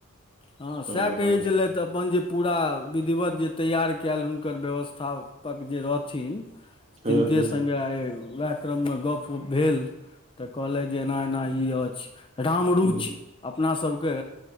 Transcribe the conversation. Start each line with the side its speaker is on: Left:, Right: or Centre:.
Left: हाँ
Right: हँ
Left: सैह कहै
Right: हँ
Left: छेलाइथ अपन जे पूरा विधिवत जे तैयार कयल हुनकर व्यवस्थापक जे रहथिन
Right: हँ
Left: तिनके
Right: हँ
Left: संगे आ हुए क्रममे गप उप भेल तऽ कहलथि जे एना एना ई अछि रामरुचि
Right: हँ
Left: अपना सबके